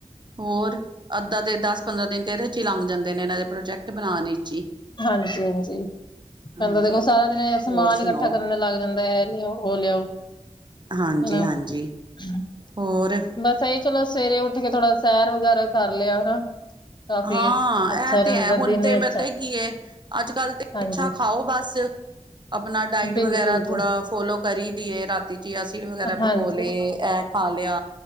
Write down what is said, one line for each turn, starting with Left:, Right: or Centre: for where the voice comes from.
Right: ਹੋਰ ਅੱਧਾ ਤੇ ਦਸ ਪੰਦਰਾਂ ਦਿਨ ਤੇ ਇਹਦੇ ਚ ਈ ਲੰਘ ਜਾਂਦੇ ਨੇ। ਇਹਨਾਂ ਦੇ ਪ੍ਰੋਜੈਕਟ ਬਣਾਣ ਵਿਚ।
Left: ਹਾਂਜੀ- ਹਾਂਜੀ ਮਤਲਬ
Right: ਹਾਂਜੀ
Left: ਦੇਖੋ ਸਾਰਾ ਦਿਨ ਸਮਾਨ
Right: ਹੋਰ ਸੁਣਾਓ
Left: ਇਕੱਠਾ ਕਰਨ ਤੇ ਲੱਗ ਜਾਂਦਾ। ਇਹਨ ਉਹ ਹੋ ਲਓ
Right: ਹਾਂਜੀ
Left: ਹਨਨਾ।
Right: ਹਾਂਜੀ
Left: <unintelligible>
Right: ਹੋਰ।
Left: ਬਸ ਇਹੀ ਚਲੋ ਸਵੇਰੇ ਉੱਠ ਕੇ ਥੋੜਾ ਸੈਰ- ਵਗੈਰਾ ਕਰ ਲਿਆ ਹਨਾ। ਕਾਫੀ
Right: ਹਾਂ
Left: ਅੱਛਾ
Right: ਏ
Left: ਰਹਿੰਦਾ
Right: ਤੇ ਹੈ ਹੁਣ
Left: ਦਿਨ
Right: ਤੇ
Left: ਵੀ ਅੱਛਾ
Right: ਮਤਾ ਕੀ ਹੈ। ਅੱਜ - ਕੱਲ੍ਹ ਤੇ
Left: ਹਾਂਜੀ
Right: ਅੱਛਾ ਖਾਓ ਬਸ। ਆਪਣਾ ਡਾਇਟ
Left: ਬਿਲਕੁਲ
Right: ਵਗੈਰਾ ਥੋੜ੍ਹਾ
Left: ਜੀ
Right: ਫੋਲੋ ਕਰੀ ਦੀਏ। ਰਾਤੀ ਚੀਆ ਸਿਸਡ ਵਗੈਰਾ
Left: ਹਾਂਜੀ
Right: ਪਘੋ ਲਏ ਐ। ਖਾ ਲਿਆ